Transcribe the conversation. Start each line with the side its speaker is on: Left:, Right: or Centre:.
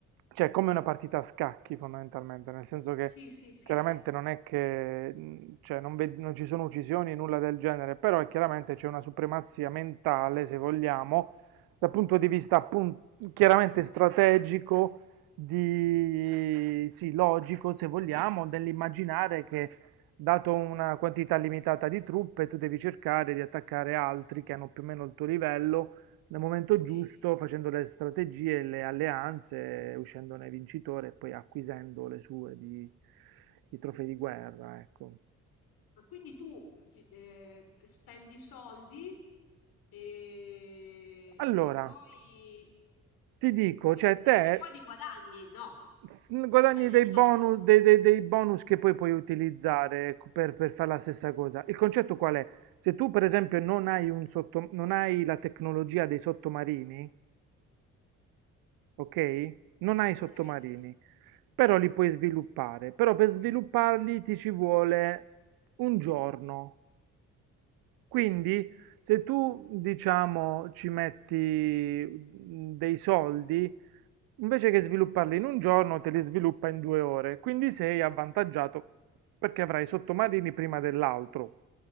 Right: cioè è come una partita a scacchi fondamentalmente, nel senso che
Left: Sì, sì, sì,
Right: chiaramente non è che mh, cioè, non vedi- non ci sono uccisioni, nulla del genere, però è chiaramente c'è una supremazia mentale, se vogliamo, dal punto di vista appun- chiaramente strategico, di, sì, logico, se vogliamo, dell'immaginare che dato una quantità limitata di truppe, tu devi cercare di attaccare altri che hanno più o meno il tuo livello nel momento
Left: sì.
Right: giusto, facendo le strategie e le alleanze, uscendone vincitore e poi acquisendo le sue di, i trofei di guerra, ecco.
Left: Ma quindi tu vi- eh, spendi soldi e,
Right: Allora,
Left: e poi,
Right: ti dico,
Left: e
Right: cioè te
Left: eh, e poi li guadagni? No,
Right: s-
Left: li
Right: guadagni
Left: spendi
Right: dei
Left: e basta.
Right: bonus, dei, dei- dei bonus che poi puoi utilizzare per, per fare la stessa cosa. Il concetto qual è? Se tu, per esempio, non hai un sotto- non hai la tecnologia dei sottomarini, ok? Non hai
Left: Ok.
Right: i sottomarini, però li puoi sviluppare. Però per svilupparli ti ci vuole un giorno. Quindi se tu,
Left: Mhm.
Right: diciamo, ci metti mm, dei soldi, invece che svilupparli in un giorno, te li sviluppa in due ore. Quindi sei avvantaggiato perché avrai i sottomarini prima dell'altro.